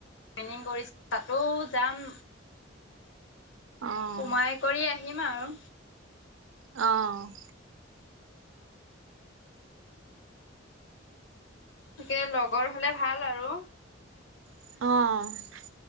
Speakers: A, on the left; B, on the right.
A: ট্ৰেইনিং কৰিছিল তাতো যাম।
B: অ
A: সোমাই কৰি আহিম আৰু।
B: অ'।
A: তাকে লগৰ হলে ভাল আৰু।
B: অ'।